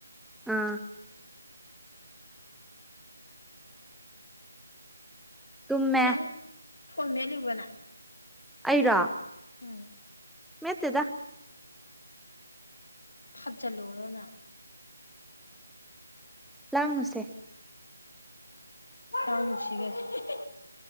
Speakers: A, in the centre; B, on the left.
A: ꯑꯥ ꯇꯨꯝꯃꯦ
B: ꯅꯪ ꯐꯣꯟ ꯃꯦꯠꯂꯤꯕ ꯅꯪ
A: ꯑꯩꯔꯣ
B: ꯎꯝ
A: ꯃꯦꯠꯇꯦꯗ
B: ꯊꯥꯖꯜꯂꯨꯔꯣ ꯅꯪ
A: ꯂꯥꯡꯅꯨꯁꯦ
B: ꯂꯥꯡꯅꯨꯁꯦ ꯒꯥꯏ ꯍꯥꯢꯌꯦ